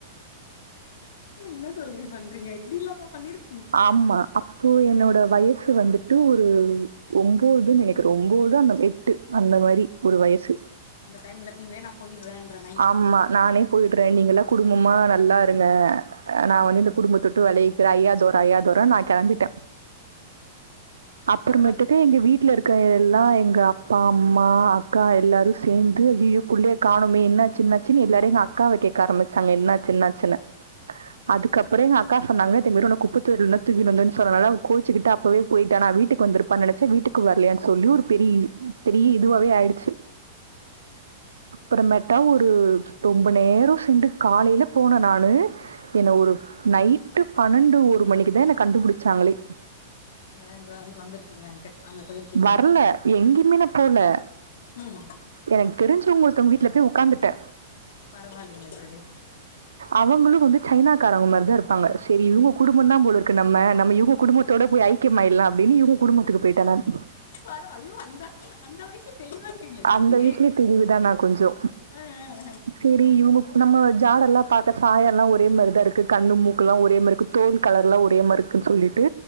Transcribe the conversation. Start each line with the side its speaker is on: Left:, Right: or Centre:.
Left: என்ன தோழி பண்றீங்க இப்டி இல்லாம பண்ணிருக்
Right: ஆமா அப்போ என்னோட வயசு வந்துட்டு ஒரு ஒன்போது நெனைக்கிறே ஒன்போது அந்த எட்டு அந்த மாரி ஒரு வயசு
Left: அந்த டைம்ல நீங்களே நம் போயிட்ற இன்ற மாரி
Right: ஆமா நானே போயிட்ற நீங்கல்லா குடும்பமா நல்லா இருங்க நா
Left: ம்
Right: வந்த இந்த
Left: ம்
Right: குடும்பத்த விட்டு விலகிக்கற ஐயா தோர ஐயா துரன்னு கெளம்பிட்ட அப்பறமேட்டுக்கு
Left: பரவால்ல
Right: எங்க வீட்ல இருக் கா எல்லா எங்க அப்பா அம்மா அக்கா எல்லாரு சேந்து அய்யய்யோ புள்ளய காணும் மே என்ன ஆச்சி என்ன ஆச்சி எல்லாரு எங்க அக்காவ கேட்க ஆரம்பிச்சாங்க என்னாச்சி என்னாச்சின்னு அதுக்கப்பறோ எங்க அக்கா சொன்னாங்க இதே மேரி உன்ன குப்ப தொட்டியில் இருந்து தா தூக்கிட்டு வந்தோன் சொன்னனால அவ கோச்சிக்கிட் டு அப்பவே போயிட்டா நா வீட்டுக்கு வந்திருப்பா நனச்ச வீட்டுக்கு வர்லையன் சொல்லி ஒரு பெரிய பெரிய இதுவவே ஆயிடுச்சு அப்புறமேட்டா ஒரு ரொம்ப நேரோ சென்டு காலையில போன நானு என்ன ஒரு நைட்டு பன்னெண்டு ஒரு மணிக்குதா என் கண்டுபிடிச்சாங்ளே
Left: அங்கதாஇங்கோ வந்திருக்கீங்கன்ட்டு அங்க போயிருக்கீங்கன்ட்டு
Right: வர்ல எங்கியுமே நா போல
Left: ம்
Right: எனக்கு தெரிஞ்சவுங்க ஒருத்தவுங்க வீட்ல போய் உட்கார்ந்துட்ட
Left: பரவால்லிங்க தோழி
Right: அவுங்ளு வந்து சைனாக்காரங்க மாரிதா இருப் பாங்க சரி இவங்க குடும்பம தான் போல இருக்கு பாங்க செரி இவுங்க குடும்பந்தா பஷல நம்ம சஐக்கியமயிடலாம் அப்படின்னு இவங்க குடும்பத்துக்கு போயிட்டே நான்
Left: பரா ஐயோ அந்த அந்த வயசுல தெளிவா இருக்கீங்களே
Right: அந்த
Left: தோழி
Right: வயஸ்லியே தெளிவு தா நா கொஞ்சோ
Left: ஆ ஆ ஆ
Right: செரி இவுங்க நம்ம ஜாடல்லா பாக்க சாயல் எல்லாம ஒரே மாரிதாஇருக்கு கண்ணு மூக்கு எல்லா ஒரே மாரிக்கு தோள் கலர்லா ஒரே மார் இருக்குன் சொல்லிட்டு